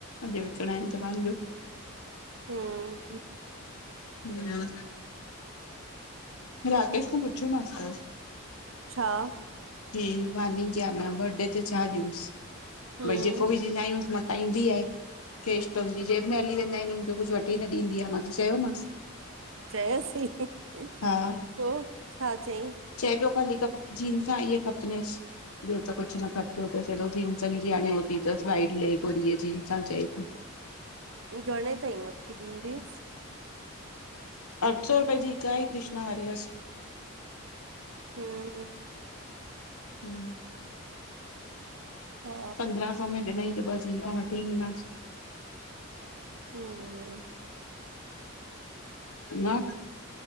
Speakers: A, on the left; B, on the right.
A: अॼु विकिणा आहिनि त पंहिंजो
B: हम
A: ह न <unintelligible> राकेश खॉं पुछयोमास कलु
B: छा?
A: चईं वहॉं नही जाना बरडे ते छा ॾियूंसि
B: हम्म
A: भई जेको बि ॾींदा आयुस न त ईंदी आहे कैश त हुंजी जेब में हली वेंदा आहिनि हुनजी जेब कुझु वठी ई न ॾींदी आहे मां त चयोमसि
B: चयसि पोइ
A: हा
B: छा चईं?
A: चए पियो ख़ाली कप जींसा इहे खपिनेस ॿियो त कुझु न कटंदो तस हेॾो जींसन जी हाणे हू थी तस व्हाइट लेॻ और हीये जींसा चई पइ
B: हू घणे ताईं वठी ॾींदीेएस?
A: अठ सौ रुपये जी हिकु आहे कृष्णा हरे हस
B: हम
A: हम
B: हा
A: पंद्रा सौ में ॾिनई त ॿ जींसा वठी ईंदीमास।
B: हम।
A: न,